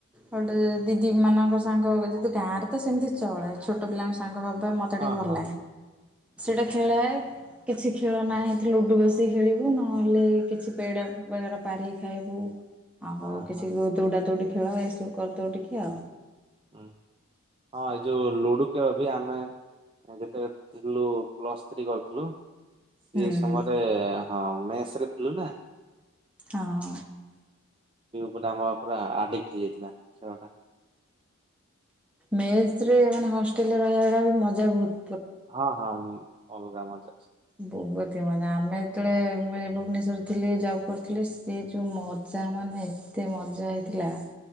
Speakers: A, in the centre; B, on the right.
A: ଗୋଟେ ଦିଦି ମାନଙ୍କ ସାଙ୍ଗ ଯେହେତୁ ଗାଁରେ ତ ସେମିତି ଚଳେ। ଛୋଟ ପିଲାଙ୍କ ସାଙ୍ଗ ହେବା ମୋତେ
B: ହଁ
A: ଟିକେ ଭଲ
B: ହଁ
A: ଲାଗେ ସେଇଟା
B: ହୁଁ
A: ଖେଳ‌ଏ କିଛି ଖେଳ ନାଇ ଲୁଡୁ ବସି କି ଖେଳିବୁ ନହେଲେ କିଛି ପେଡା ବଗେରା ପାରିକି ଖାଇବୁ। ଆଉ
B: ହଁ
A: କିଛି
B: ହଁ
A: ଦୌଡା ଦୌଡି ଖେଳ ଏସବୁ କରିଦଉ ଟିକେ ଆଉ।
B: ହୁଁ ହଁ ଏଇ ଯୋଉ ଲୁଡୁ ଖେଳବି ଆମେ ଯେତେବେଳେ ଥିଲୁ ପ୍ଲସଥ୍ରୀ କରୁଥିଲୁ। ସିଏ
A: ହୁଁ
B: ସମୟରେ ହଁ ମେସରେ ଥିଲୁନା
A: ହଁ।
B: ପୁରା ମୋର ପୁରା ଆଡିକ୍ଟି ହେଇଯାଇଥିଲା ଖେଳଟା।
A: ମେସରେ ମାନେ ହଷ୍ଟେଲରେ ରହିବାଟା ବି ମଜା ବୋହୁତ।
B: ହଁ ହଁ ଉଁ ଅଲଗା ମଜା ଅଛି।
A: ବୋହୁତି ହି ମଜା ଆମେ ଯେତେବେଳେ ଭୁବନେଶ୍ୱର ଥିଲି ଜବ କରିଥିଲି ସେ ଯୋଉ ମ ଜା ମାନେ ଏତେ ମଜା ହେଇଥିଲା।